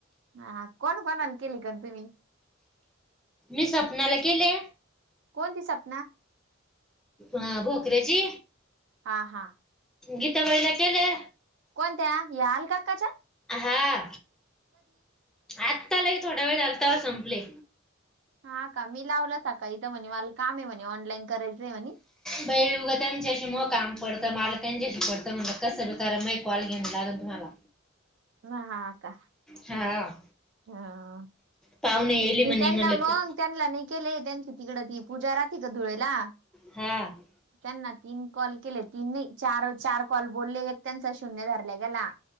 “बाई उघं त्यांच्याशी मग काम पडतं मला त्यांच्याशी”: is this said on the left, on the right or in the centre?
Centre